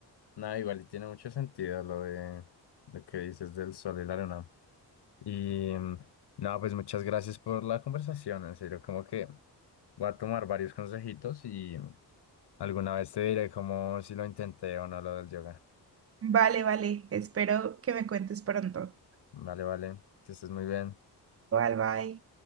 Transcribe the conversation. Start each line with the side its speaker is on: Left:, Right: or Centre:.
Left: Nada, igual y tiene mucho sentido lo de lo que dices del sol y la luna. Y mm, nada, pues muchas gracias por la conversación, en serio, como que voy a tomar varios consejitos y mm, alguna vez te diré como si lo intenté o no lo del yoga.
Right: Vale, vale. Espero que me cuentes pronto.
Left: Vale, vale, que estés muy bien.
Right: Bye, bye.